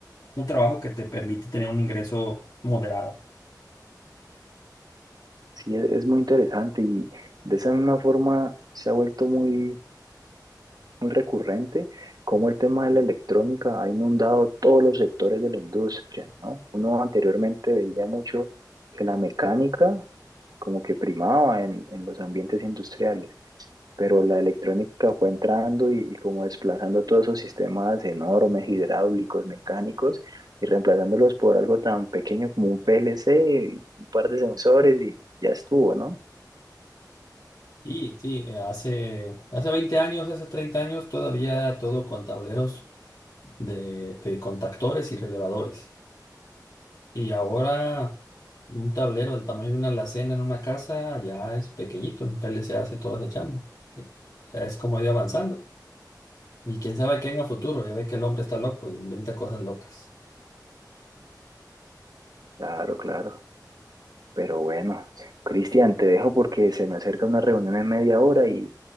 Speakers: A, on the left (about 55°); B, on the right (about 60°).
A: un trabajo que te permite tener un ingreso moderado.
B: Sí, es, es muy interesante y de esa misma forma se ha vuelto muy, muy recurrente cómo el tema de la electrónica ha inundado todos los sectores de la industria, ¿no? Uno anteriormente veía mucho que la mecánica como que primaba en, en los ambientes industriales, pero la electrónica fue entrando y, y como desplazando todos esos sistemas enormes, hidráulicos, mecánicos, y reemplazándolos por algo tan pequeño como un PLC, y un par de sensores y ya estuvo, ¿no?
A: Sí, sí, eh, hace, hace 20 años, hace 30 años, todavía todo con tableros de, de contactores y relevadores. Y ahora un tablero del tamaño de una alacena en una casa ya es pequeñito, en PLC hace toda esa chamba. Eh, Es como ir avanzando. Y quién sabe qué en el futuro, ya ve que el hombre está loco y inventa cosas locas.
B: Claro, claro. Pero bueno, Cristian, te dejo porque se me acerca una reunión en media hora y